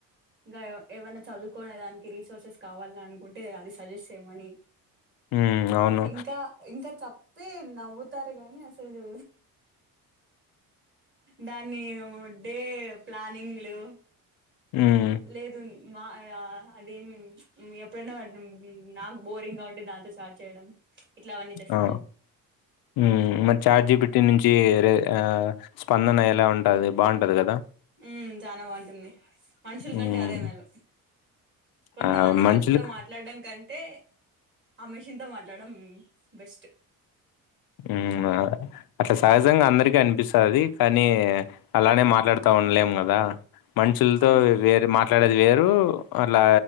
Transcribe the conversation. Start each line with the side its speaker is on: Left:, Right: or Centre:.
Right: ఇంకా ఏమన్నా చదువుకోనే దానికి రీసోర్సెస్ కావాల అనుకుంటే అది సజెస్ట్ చేయమని
Left: హ్మ్. అవును.
Right: ఇంకా ఇంకా చెప్ తె నవ్వు తారు కానీ అసలు దాన్ని డే ప్లానింగ్లు
Left: హ్మ్.
Right: లేదున్ మా అదేమి ఎప్పుడైనా నాకు బోరింగ్ గా ఉంటే దాంతో చాట్ చేయడం ఇట్లా అవన్నీ చేస్తా
Left: ఆ
Right: నేను
Left: ఉమ్ మరి చాట్ జీ పి టీ నుంచి రే ఆ స్పందన ఎలా ఉంటది బాగుంటది కదా
Right: ఉమ్ చానా బాగుంటుంది మనుషుల
Left: హ్మ్.
Right: కంటే అదే మేలు కొంతమంది
Left: ఆ! మనుషులకి
Right: మనుషులతో మాట్లాడడం కంటే ఏ ఆ మేషిన్ తో మాట్లాడడం బెస్ట్
Left: ఉమ్ ఆ అట్లా సహజంగా అందరికిీ అనిపిసది అని అలానే మాట్లాడతా ఉండలేము కదా మనుషులతో
Right: ఎందు
Left: వేరు మాట్లాడేది వేరు అట్లా